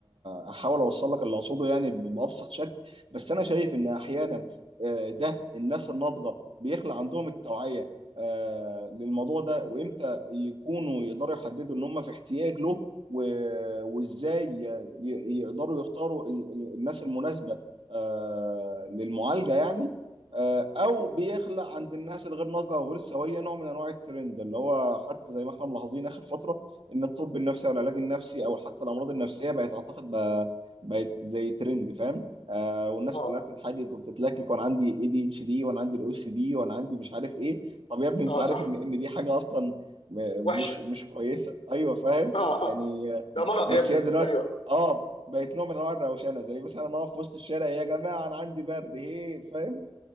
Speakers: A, on the right (about 70°); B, on the left (about 85°).
A: هحاول اوصل لك اللي اقصده يعني ب- بابسط شكل بس انا شايف ان احيانا آه، ده الناس الناضجه بيخلق عندهم التوعيه آه، للموضوع ده وامتى يكونوا يقدروا يحددوا ان هم في احتياج له و- وازاي ي- ي- يقدروا يختاروا ال- ال- الناس المناسبه آه، للمعالجه يعني آه، او بيخلق عند الناس الغير ناضجه او غير سويه نوع من انواع الترند اللي هو حتى زي ما احنا ملاحظين اخر فتره ان الطب النفسي او العلاج النفسي او حتى الامراض النفسيه بقت اعتقد بقى بقت زي ترند فاهم آه والناس
B: اه
A: كلها بتتحجج وبتتلكك وانا عندي اي دي اتش دي وانا عندي الاو سي دي وانا عندي مش عارف ايه طب يا ابني انت
B: اه
A: عارف
B: صح
A: ان ان دي حاجه اصلا م-
B: وحشه
A: مش مش كويسه ايوه فاهم
B: <laughs> اه
A: يعني آه،
B: ده مرض
A: بس
B: يا ابني
A: هي دلوقتي
B: ايوه
A: اه بقت نوع من انواع الروشنه زي مثلا انا اقف في وسط الشارع يا جماعه انا عندي برد هي فاهم